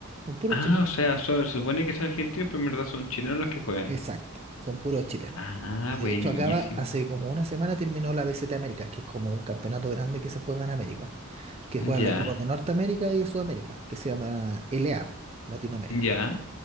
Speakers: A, on the right (about 30°); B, on the left (about 75°).
A: Son puros
B: Ah,
A: chilenos.
B: o sea, so- se supone que son argentinos, pero en verdad son chilenos los que juegan.
A: Exacto, son puros chilenos.
B: Ah,
A: Y de
B: buenísimo.
A: hecho acaba, hace como una semana terminó la BCT Américas, que es como un campeonato grande que se juega en América, que juegan
B: Ya,
A: los equipos de Norteamérica y de Sudamérica, que se llama LA, Latinoamérica.
B: ya,